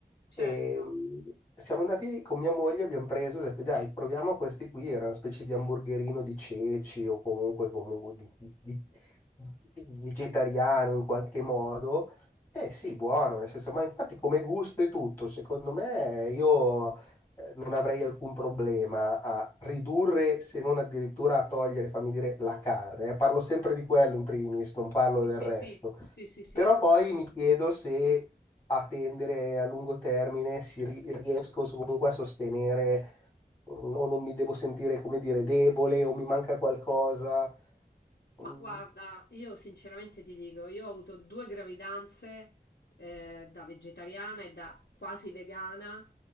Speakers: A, on the left; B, on the left.
A: certo.
B: E mm, siamo andati con mia moglie, abbiamo preso e ho detto, dai, proviamo questi qui, era una specie di hamburgerino di ceci o comunque, comunque di, di- di- vegetariano in qualche modo. Eh sì, buono, nel senso, ma infatti come gusto e tutto, secondo me io eh, non avrei alcun problema a ridurre, se non addirittura a togliere, fammi dire, la carne. eh. Parlo sempre di quello in primis, non parlo
A: Sì,
B: del
A: sì,
B: resto.
A: sì, sì, sì, sì.
B: Però poi mi chiedo se a tendere a lungo termine si ri- riesco so- comunque a sostenere mm, o non mi devo sentire, come dire, debole o mi manca qualcosa.
A: Ma
B: Mm,
A: guarda, io sinceramente ti dico, io ho avuto due gravidanze eh, da vegetariana e da quasi vegana,